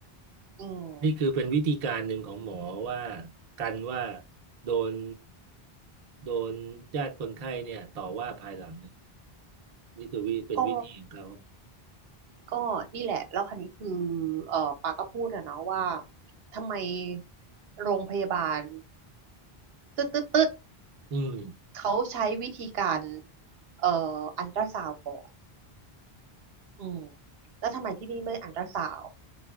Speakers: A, on the right; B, on the right.
A: อืม
B: นี่คือเป็นวิธีการหนึ่งของหมอว่ากันว่าโดนโดนญาติคนไข้เนี่ยต่อว่าภายหลังเนี่ยนี่คือวิเป็นวิธีของเขา
A: ก็ก็นี่แหละแล้วคราวนี้คือเออปาก็พูดอะเนาะว่าทำไมโรงพยาบาลตึ๊ดตึ๊ดตึ๊ด
B: อืม
A: เขาใช้วิธีการเอ่ออัลตราซาวด์ก่อนอืมแล้วทำไมที่นี่ไม่อัลตราซาวด์